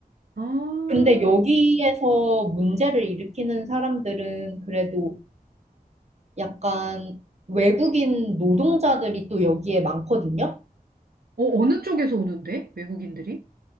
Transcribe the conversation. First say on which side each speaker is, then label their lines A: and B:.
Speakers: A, on the right; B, on the right.
A: 아.
B: 근데 여기에서 문제를 일으키는 사람들은 그래도 약간 외국인 노동자들이 또 여기에 많거든요.
A: 어, 어느 쪽에서 오는데? 외국인들이?